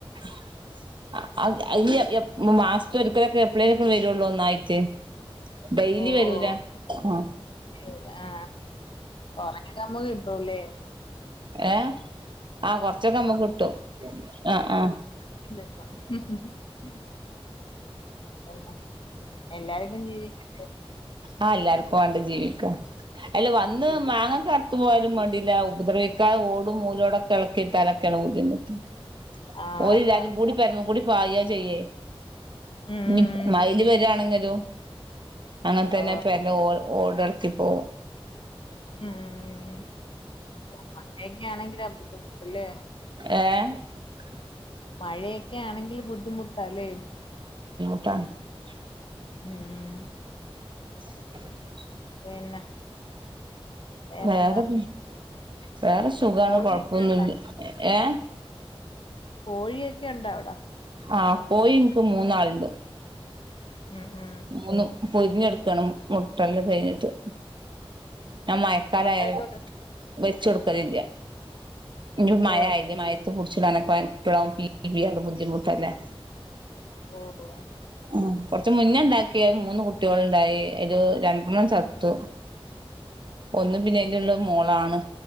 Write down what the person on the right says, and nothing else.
<unintelligible> മാസത്തെ ഒരിക്കലൊക്കെ എപ്ലൈൊക്കെ വരുള്ളൂ ഒന്നായിട്ട് ഡെയിലി
വരൂല
ആഹ
ഏ ആഹ കൊറച്ചൊക്കെ നമ്മക്ക് കിട്ടും ആഹ ആഹ
ആ എല്ലാർക്കും വണ്ടേ ജീവിക്കാ അല്ല വന്ന് മാങ്ങ കറുത്തു പോയതും വേണ്ടില്ല ഉപദ്രവിക്കാ ഓടും മൂലോടൊക്കെ ഇളക്കിട്ട അലക്ക- <unintelligible> <unintelligible>
ഓല്
എല്ലാരും കൂടെ പേരമകൂടെ പായ ചെയ്യാ
ഇനിം മൈല് വരിയാണെങ്കിലോ? അങ്ങനെ തന്നെപ്പ
എ ഓട്. ത്തിപ്പോ
ഏ
ട്ട <unintelligible>
<unintelligible>
വേറെ എന്ത് വേറെ സുഖാണ്.
കൊഴപ്പൊന്നില്ല
ഏ
ആ കോയി എനിക്ക് മൂന്നാളണ്ട്?
മൂന്നും പൊരിന്നുകിടക്കാണ് മുട്ടയും കഴിഞ്ഞിട്ട്? ആ മഴക്കാലായാല്
വെച്ചു കൊടുക്കൽ ഇല്ല്യ ഇനി മഴ
ആയില്ലേ മഴയത്ത് പുടി ച്ചിടനൊക്കെ <unintelligible> ബുദ്ധിമുട്ടല്ലേ?
ഉം, കൊറച്ച് മുന്നേ ഉണ്ടാക്കിയ മൂന്ന് കുട്ടിയോൾ ണ്ടായി? <unintelligible> രണ്ട്. ഒരാള് ചത്തു ഒന്ന് പിന്നേലുള്ളത്. മോളാണ്?